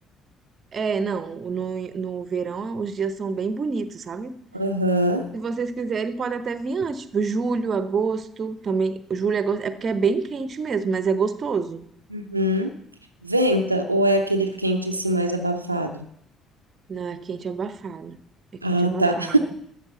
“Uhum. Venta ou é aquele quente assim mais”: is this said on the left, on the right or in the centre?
Right